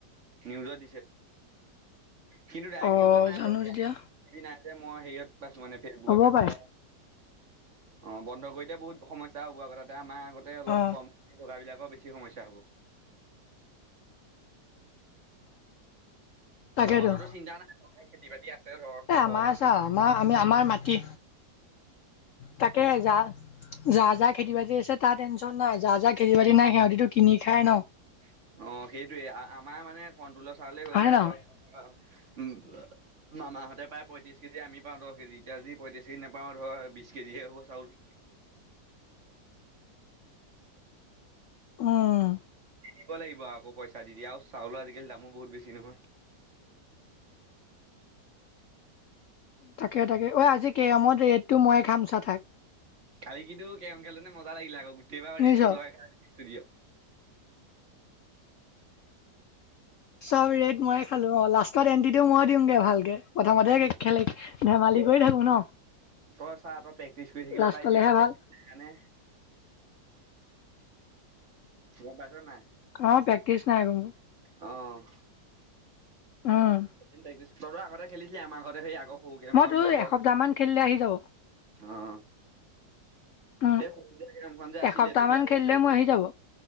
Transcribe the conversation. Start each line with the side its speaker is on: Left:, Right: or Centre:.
Right: নিজত কিন্তু ডক্
Left: অ
Right: নিউজত নাই
Left: জানো
Right: পোৱা
Left: তেতিয়া
Right: ন, যে, মই হত পাইছো মানে, ফেচবুকত
Left: হ'ব
Right: পাইছিলো।
Left: পাৰে
Right: অ, বন্ধ কৰি দিলে বহুত সমস্যা হ'ব আগৌ তাতে আমাৰ আগতে অলপ
Left: অ
Right: কম টকা বিলাক বেছি সমস্যা হ'ব।
Left: তাকেতো
Right: তহঁতৰো চিন্তা নাই, তহৰ খেতি, বাতি আছে ধ,
Left: এ
Right: কমাটি।
Left: আমাৰ চা আমাৰ আমি আমাৰ মাটি তাকে, যা। যা, যাহ খেতি, বাতি আছে, তাৰ টেনশ্যন নাই, যা, যা খেতি, বাতি নাই সিহঁতিতো কিনি খাই ন।
Right: অ, সেইটয়ে আমাৰ মানে কণটলৰ চাউলে হৈ,
Left: হয়নে
Right: যায়
Left: নহয়
Right: ধৰ। উ, মাহতে প্ৰায় পয়ত্ৰিশ কেজি, আমি পাওঁ দহ কেজি, এতিয়া যদি পঁয়ত্ৰিশ কেজি নাপাওঁ, ধৰ বিশ কেজি। সেই, সপা, চাউল
Left: উম।
Right: দিব লাগিব আকৌ পইচা দি, দিয়ে আৰু চাউলৰ আজিকালি দামো বহুত, বেছি নহয়।
Left: তাকে, তাকে অঐ আজি কেৰামত ৰেটটো মইে খাম চা, থাক।
Right: কালি কিন্তু কেৰম খেলো মজা লাগিলে, আকৌ গোটেইবাৰ
Left: শুনিছ
Right: ডেটটো ৰয় খ, ষ্টুডি' <inaudible>
Left: চব ৰেট মইে খালো। অ, লাষ্টত এনটিও মই দিমগে ভালকে, প্ৰথমতে খেল ধেমালি
Right: এ,
Left: কৰি থাকো ন
Right: তই চাহ, তই প্ৰেক্টিচ কৰি থাকিলে,
Left: লাষ্টলেহে
Right: পাৰিবি। প্ৰেক্টি
Left: ভাল
Right: সেইকাৰণে, ইয়াত পছত নাই।
Left: অ, পেকেজ নাইক মোৰ
Right: অ'।
Left: আহ।
Right: প্ৰেক্টিচ তইতো আগতে খেলি আমাৰ ঘৰতে সেই আগৰ সৰু গেমখন
Left: মই তোৰ
Right: মোৰ ভাগৰ
Left: এসপ্তাহ মান খেলিলে আহি যাব
Right: অ'।
Left: উম
Right: এই সৰু যে কামখন যে আছিলে
Left: এসপ্তাহ
Right: তেতিয়া
Left: মান
Right: পৰা
Left: খেলিলে
Right: খেল
Left: মোৰ আহি যাব